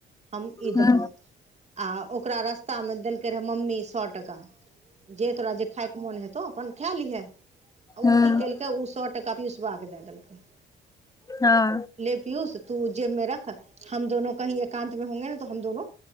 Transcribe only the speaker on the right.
हम ई
देबौ आ ओकरा रास्ता में देलक रहे मम्मी सए टका जे तोरा जे खाय मोन हेतौ अपन खा लिहे आ ओ
की केलकै ओ सए टका पुलिसबा के दए देलकै
ले पियूस तू जेब में रख हम दोनो कही एकान्त में होंगे ने त हम दोनो